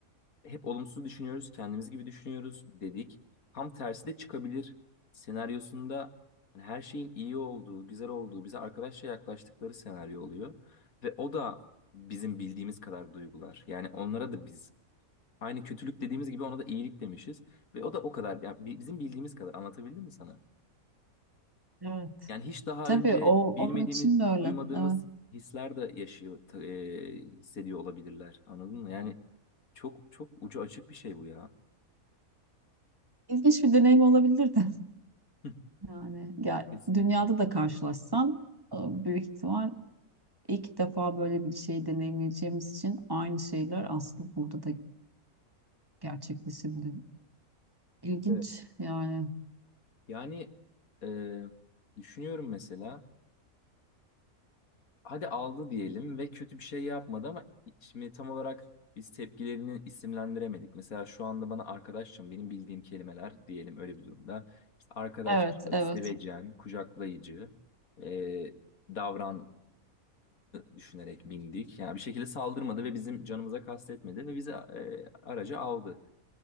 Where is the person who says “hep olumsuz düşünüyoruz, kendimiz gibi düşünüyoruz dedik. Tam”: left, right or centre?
Left